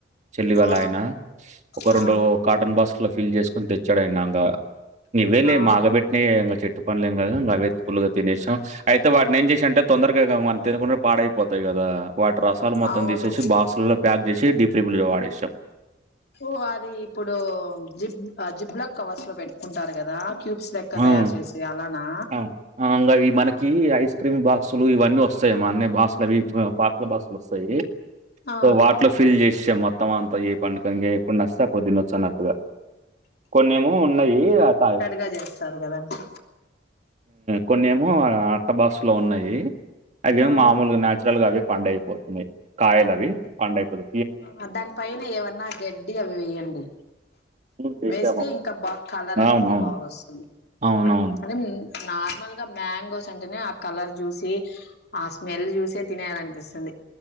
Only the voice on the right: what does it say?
చెల్లి వాళ్ళ
ఆయన. ఒక
రెండు కాటన్ బాక్స్ ల ఫిల్ చేసుకుని తెచ్చాడు ఆయన ఇంగా. ఇవ్వేలే
మాగబెట్టినయె ఇంగా చెట్టు పండ్లు ఎం కావు అవే ఫుల్లుగా తినేసాం. అయితే వాటిని ఏం చేసా అంటే తొందరగా మనం తినకుండా పాడయి తయి కదా. వాటి రసాలు మొత్తం
తీసేసి బాక్సలల్లా ప్యాక్ చేసి డీప్లిజ్ల పాడేసాం.
ఆ
ఆ గవి మనకి ఐస్ క్రీమ్ బాక్సులు ఇవన్నీ వస్తు యి అన్ని బాక్స్ అవి పాత బాక్స్ లవి వస్తయి.
సో వాటిలో ఫిల్ చేశా మొత్తం మొత్తం అంతా ఏ పండుగ ఇ ఎప్పుడు నచ్చితే అప్పుడు తినొచ్చు అన్నట్టుగా. కొన్నేమో ఉన్నయి ఆకాయ
కొన్ని ఏమో అట్ట బాక్స్ లో ఉన్నయి, అవేమో
మామూలుగా నాచురల్ గా అవి పండు అయిపోతున్నయి. కాయల అవి పండు అయిపోతు
హ్మ్. వేసాము.
అవునవును.
అవునవును.